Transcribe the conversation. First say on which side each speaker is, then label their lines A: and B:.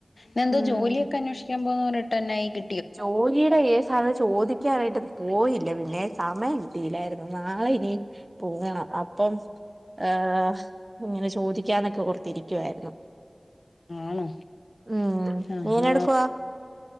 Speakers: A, on the left; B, on the right.
A: നെന്തോ
B: ഉം
A: ജോലിയൊക്കെന്വേഷിക്കാൻ പോവാർട്ടെന്നായി ക്
B: ജോലി ഈടെയ്യേ സാധം ചോദിക്കാനായിട്ട് പോയില്ല പിന്നെ, സമയം കിട്ടിയില്ലായിരുന്നു നാളെ ഇനി പോണം അപ്പം ഏഹ് ഇങ്ങനെ ചോദിക്കാന്നൊക്കെ ഓർത്തിരിക്കുവായിരുന്നു
A: ആണോ
B: ഉം
A: ആഹാ
B: നീ എന്നാ എടുക്കുവാ